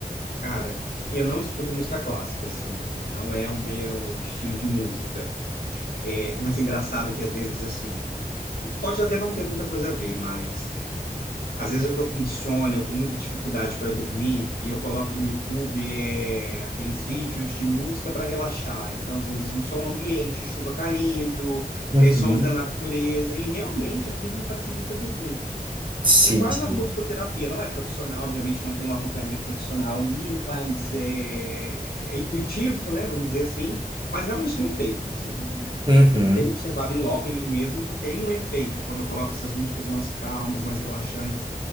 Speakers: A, on the left (about 80°); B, on the right (about 30°).
A: Cara, eu não escuto música clássica, assim, não é o meu estilo de música. É, mas é engraçado que às vezes, assim, pode até não ter muita coisa a ver, mas às vezes eu tô com insônia, eu com muita dificuldade para dormir, e eu coloco no YouTube é, aqueles vídeos de música para relaxar. Então, às vezes, um som ambiente, chuva caindo,
B: Uhum.
A: é, sons da natureza, e realmente aquilo me facilita dormir.
B: Sim,
A: É quase
B: sim.
A: uma musicoterapia, não é profissional, obviamente não tem um acompanhamento profissional ali, mas é, é intuitivo, né? Vamos dizer assim, mas realmente tem um efeito, assim.
B: Uhum,
A: Tenho observado em loco, em mim mesmo, que tem um efeito quando eu coloco essas músicas mais calmas, mais relaxantes,